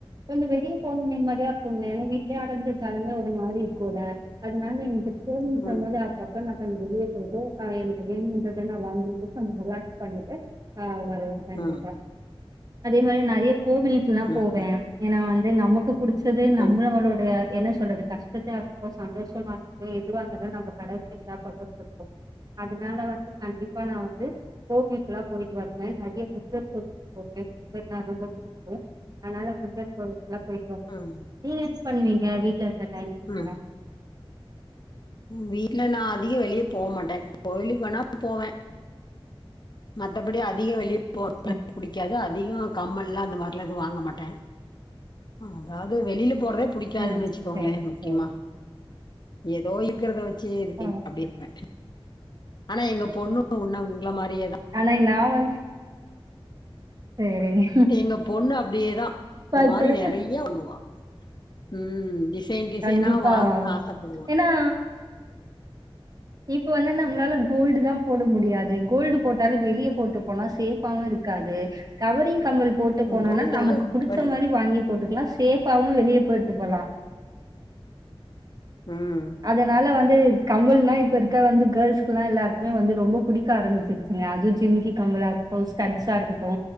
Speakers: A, on the right; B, on the left.
A: கொஞ்சம் வெளியே போம் நிம்மதியா இருக்குங்க ஏன்னா வீட்லயே அடைஞ்சிருந்தாலுமே ஒரு மாதிரி இருக்கும்ல அதுனால இங்க ஃபோன்
B: ம்
A: பண்ணல அப் அப்ப நாங்க வெளிய போயிட்டோம் அ எனக்கு வேணுங்றத த வாங்கிட் ரிலாஸ் பண்ணிட்டு ஆ வரும் வரும் கண்டிப்பா
B: ம்
A: அதே மாரி நெறைய கோவில் சொன்னா
B: ம்
A: போவேன் ஏன்னா வந்து நமக்கு பிடிச்சது நம்மளளோட
B: ம்
A: என்ன சொல்றது கஷ்டத்தா இருக்கட்டும் சந்தோஷமா இருக்கட்டும் எதுவா இருந்தாலும் நம்ம கடவுள்கிட்டதா பந்து <unintelligible> க்கோம் அதுனால வந்து கண்டிப்பா நா வந்து கோவிலுக்குல்லா நா போயிட்டு வருவேன் நெறைய நெறைய கோவிலுக்கு <unintelligible> ரொம்ப புடிக்கும் அதனால சிவன் கோயிலுக்கு எல்லாம் போயிட்டு வருவேன்
B: ம்
A: நீங்கள் என்ன பண்ணுவீங்க வீட்டல இருக்குற டைமிங் எல்லாம்
B: ம் வீட்ல நா அதிகோ வெளியே போ மாட்டே கோவிலுக்கு போனா போவே மத்தபடி அதிக வெளிய போ
A: சரி
B: க்காது அதிக கம்மால்லா அந்த மாரில்லா வாங்க மாட்டே அதாவது வெளியில போறதே புடிக்காதுன்
A: ம்
B: வச்சுக்கோங்களே
A: சரி
B: முக்கியமா
A: சரி
B: ஏதோ இருக்கிறத வச்சு
A: ஆ,
B: இ அப்டி இருப்பேன் ஆனா எங்க பொண்ணு ஒன்னு உங்கள மாரியேதான்
A: ஆனா இ நா வன்ச் சரிங்க
B: எங்க பொண்ணு அப்டியேதா இந்த
A: இப்ப
B: மாரி
A: இருக்க
B: நெறைய ஒண்ணுவா உம் டிசைன் டிசைனா
A: கண்டிப்பா
B: வாங்கணும்னு ஆசப்படுவா
A: ஏன்னா இப்ப வந்து நம்ளால கோல்டு தா போட முடியாது கோல்டு போட்டாலு வெளிய போட்டு போனா சேஃபாவு இருக்காது கவரிங் கம்மல் போட்டு போனனா
B: கோல்டு
A: நமக்கு
B: எல்லா இப்ப
A: புடிச்ச
B: நென
A: மாரி வாங்கி போட்டுக்கலா சேஃப்பாவு வெளிய போட்டு போலா
B: உம்
A: அதனால வந்து கம்மல்னா இப்ப இருக்க வந்து கேர்ள்ஸ்க்குல்லா எல்லாருக்குமே வந்து ரொம்ப புடிக்க ஆரமிச்சிருச்சு அது ஜிமிக்கி கம்மளா இருக்கட்டும் ஸ்டட்ஸா இருக்கட்டு